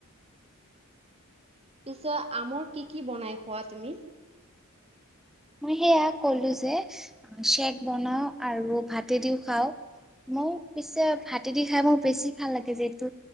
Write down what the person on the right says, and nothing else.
পিছত আমৰ কি কি বনাই খোৱা তুমি?